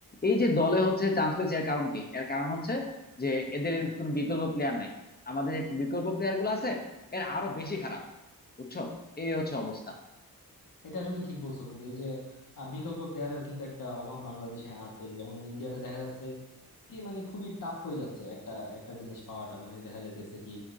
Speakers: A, on the left (about 25°); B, on the left (about 60°).
A: এই যে দলে হচ্ছে চান্স পেয়েছে এর কারণ কি এর কারণ হচ্ছে যে এদের কোনো বিকল্প প্লেয়ার নাই আমাদের যে বিকল্প প্লেয়ার গুলো আছে এর আরো বেশি খারাপ বুঝছো এই হচ্ছে অবস্থা
B: এটা আসলে ঠিক বলছো বন্ধু এই যে আহ, বিকল্প প্লেয়ারের কিন্তু একটা অভাব বাংলাদেশে আছে যেমন ইন্ডিয়াতে দেখা যাচ্ছে কি মানে খুবই টাফ হয়ে যাচ্ছে একটা একটা জিনিস পাওয়াটা মানে দেখা যাইতেছে কি